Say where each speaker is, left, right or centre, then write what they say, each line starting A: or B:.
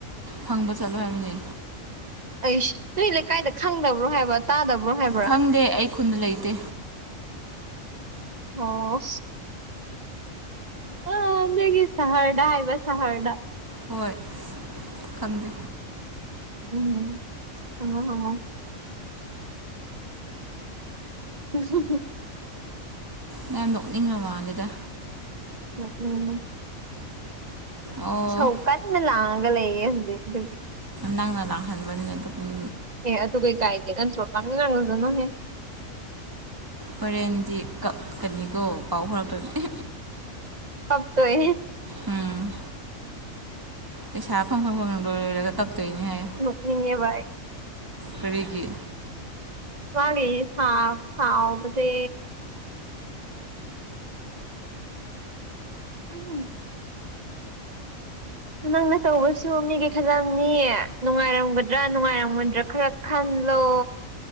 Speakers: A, on the right; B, on the right.
A: ꯐꯪꯕ ꯆꯠꯂꯣ ꯍꯥꯏꯕꯅꯤ
B: ꯑꯩꯁ ꯅꯣꯏ ꯂꯩꯀꯥꯏꯗ ꯈꯪꯗꯕ꯭ꯔꯣ ꯍꯥꯏꯕ ꯇꯥꯗꯕꯣ ꯍꯥꯏ
A: ꯈꯪꯗꯦ ꯑꯩ ꯈꯨꯟꯗ ꯂꯩꯇꯦ
B: ꯑꯣ ꯑ ꯅꯣꯏꯒꯤ ꯁꯍꯔꯗ ꯍꯥꯏꯕ ꯁꯍꯔꯗ
A: ꯍꯣꯏ ꯈꯪꯗꯦ
B: ꯎꯝ ꯍꯪꯉꯣ ꯍꯪꯉꯣ <unintelligible>
A: ꯅꯪ ꯅꯣꯛꯅꯤꯡꯉ ꯃꯥꯜꯂꯦꯗ
B: ꯅꯣꯛꯅꯤꯡꯉꯦ
A: ꯑꯣ
B: ꯏꯁꯧꯀꯟꯅ ꯂꯥꯡꯉꯒ ꯂꯩꯌꯦ ꯍꯧꯖꯤꯛ ꯑꯗꯨꯗꯤ
A: ꯅꯪꯅ ꯂꯥꯛꯍꯟꯕꯅꯤꯅ ꯑꯗꯨ ꯎꯝ
B: ꯑꯦ ꯑꯗꯨꯨ ꯀꯩ ꯀꯥꯏꯒꯦ ꯅꯠꯇ꯭ꯔꯣ ꯉꯥꯡꯅꯤꯡ ꯉꯥꯡꯅꯖꯅꯨꯍꯦ
A: ꯍꯣꯔꯦꯟꯗꯤ ꯀꯛꯀꯅꯤꯀꯣ ꯄꯥꯎ ꯐꯥꯎꯔꯛꯇ꯭ꯔꯗꯤ꯫
B: ꯄꯛꯇ꯭ꯔꯦꯍꯦ
A: ꯎꯝ꯫ ꯄꯩꯁꯥ ꯐꯪꯐꯝ <unintelligible> ꯂꯣꯏꯔꯒ ꯀꯛꯇꯣꯏꯅꯤ ꯍꯥꯏꯌꯨ
B: ꯅꯣꯛꯅꯤꯡꯉꯦꯕ ꯑꯩ꯫
A: ꯀꯔꯤꯒꯤ꯫
B: ꯃꯥꯒꯤ ꯁꯥꯥꯎ ꯁꯥꯥꯎꯕꯁꯦ꯫ ꯎꯝ꯫ ꯅꯪꯅ ꯇꯧꯕꯁꯨ ꯃꯤꯒꯤ ꯈꯜꯂꯝꯅꯤ ꯅꯨꯡꯉꯥꯏꯔꯝꯒꯗ꯭ꯔꯥ ꯅꯨꯡꯉꯥꯏꯔꯝꯃꯣꯏꯗ꯭ꯔꯥ ꯈꯔ꯫ ꯈꯜꯂꯣ